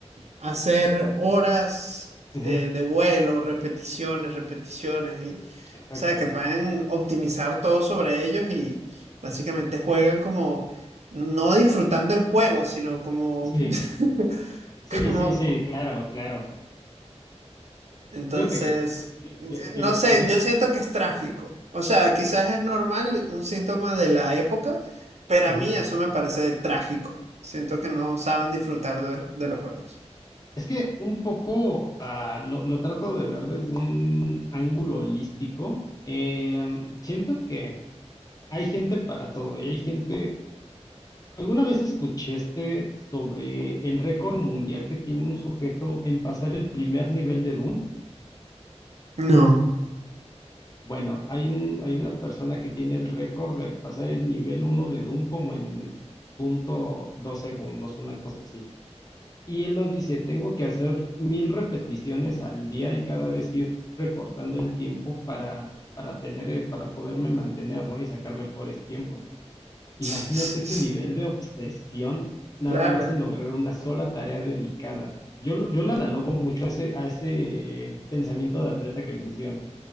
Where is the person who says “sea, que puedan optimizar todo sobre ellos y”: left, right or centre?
Right